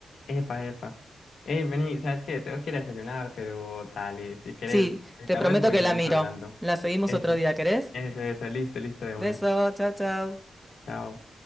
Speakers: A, on the left (about 75°); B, in the centre.
A: Epa, epa. Hey, vení, ¿sabes qué? Tengo que ir a desayunar, pero dale, si quieres,
B: Sí,
A: ahorita
B: te prometo
A: vuelvo
B: que
A: y seguimos
B: la miro.
A: hablando.
B: La seguimos
A: Eso,
B: otro día, ¿querés?
A: eso, eso, listo, listo de una.
B: Beso, chao, chao.
A: Chao.